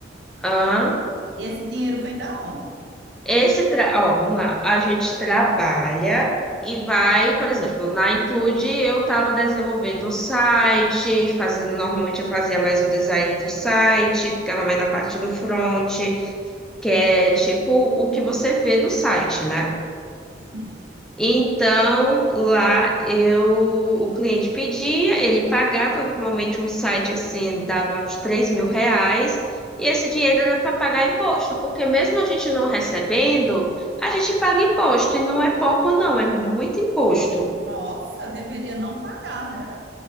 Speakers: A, in the centre; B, on the right (about 70°).
A: Hã?
B: e esse dinheiro vem da onde?
A: Esse tra... Ó, vamos lá. A gente trabalha e vai, por exemplo, na Include eu estava desenvolvendo o site, fazendo, normalmente eu fazia mais o design do site, ficava mais na parte do front, que é tipo o que você vê do site, né?
B: Sim.
A: Então, lá eu, o cliente pedia, ele pagava, normalmente um site assim dava uns três mil reais, e esse dinheiro era para pagar imposto, porque mesmo a gente não recebendo, a gente paga imposto, e não é pouco não, é muito imposto.
B: Nossa, deveria não pagar, né?